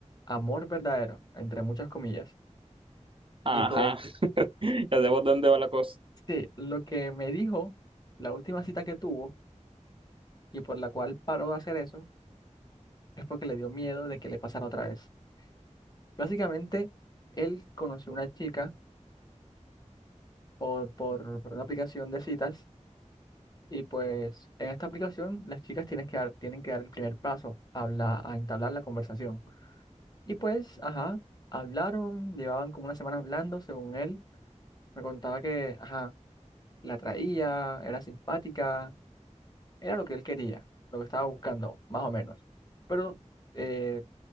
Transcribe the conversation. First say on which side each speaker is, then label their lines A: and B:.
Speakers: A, on the left (about 30°); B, on the right (about 45°).
A: amor verdadero, entre muchas comillas.
B: Ajá.
A: Y pues...
B: <laughs> Ya sé por dónde va la cosa.
A: Sí, lo que me dijo, la última cita que tuvo y por la cual paró de hacer eso, es porque le dio miedo de que le pasara otra vez. Básicamente, él conoció una chica por, por, por una aplicación de citas y pues en esta aplicación las chicas tienen que dar, tienen que dar el primer paso a, habla- a entablar la conversación. Y pues, ajá, hablaron, llevaban como una semana hablando, según él. Me contaba que, ajá, la traía, era simpática Era lo que él quería, lo que estaba buscando, más o menos. Pero eh,